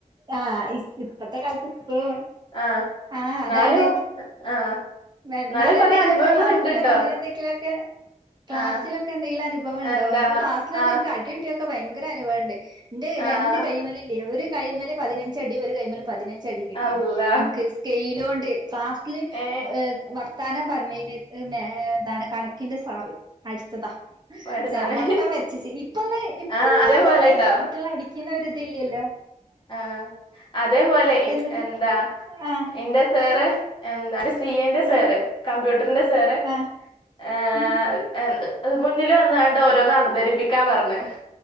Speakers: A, on the right (about 30°); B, on the left (about 35°).
A: ആഹ് ഇപ്പത്തെ കാലത്ത് സ്കൂളും
B: ആഹ്
A: ആഹ്
B: എന്നാലും
A: അതാണ്
B: ആഹ്
A: വെന്നാലും
B: എന്നാലും കൊറേ
A: എന്തെങ്കിലു
B: അനുഭവങ്ങൾ
A: ഒക്കെ ക്ലാസ്സിലോ
B: ഇണ്ട്ട്ടോ
A: അങ്ങനെ എന്തെങ്കിലും ക്കെ ക്ലാസിലൊക്കെന്തെങ്കിലുംഅനുഭവ
B: ആഹ്
A: ണ്ടോ
B: എന്താ
A: എനിക്ക് ക്ലാസിലൊക്കെ
B: ആഹ്
A: അടികിട്ടി ഒക്കെ ഭയങ്കര അനുഭവുണ്ട് എന്റെ രണ്ട്
B: ആഹ്
A: കൈമലില്ലിയോ ഒരു- കൈമല് പതിനഞ്ചടി ഒരു കൈയ്യും മേലും- പതിനഞ്ച് അടി കിട്ടീണ്
B: അള്ളാ
A: എനിക്ക് സ്കെയിലോണ്ട് ക്ലാസ്സിൽ
B: ഏ
A: വർ- വർത്താനം പറഞ്ഞതിന് എന്താണ് കണക്കിന്റെ സാറ് അടിച്ചതാ
B: പഠിച്ചോനെ
A: ആ വട്ടം വരച്ചിച്ച് ഇപ്പൊന്ന് ഇപ്പന്ന്പറഞ്ഞാൽ
B: ആ അതേപോലെ ട്ടോ
A: കുട്ടികളെ അടി- പിന്നെ ഒരു ഇത്‌ ഇല്ല്യാലോ
B: ആ അതേപോലെ
A: എന്ത് കുട്ടി
B: എന്താ
A: ആ
B: എന്റെ സാറ് എന്താലും സി എ ന്റെ സാറ്
A: ഉം
B: കമ്പ്യൂട്ടർന്റെ- <unintelligible> സാറ്
A: ആ
B: ഏയ
A: ഉം
B: മുന്നില് വന്ന് കൊണ്ട് ഓരോന്ന് അവതരിപ്പിക്കാൻ പറഞ്ഞു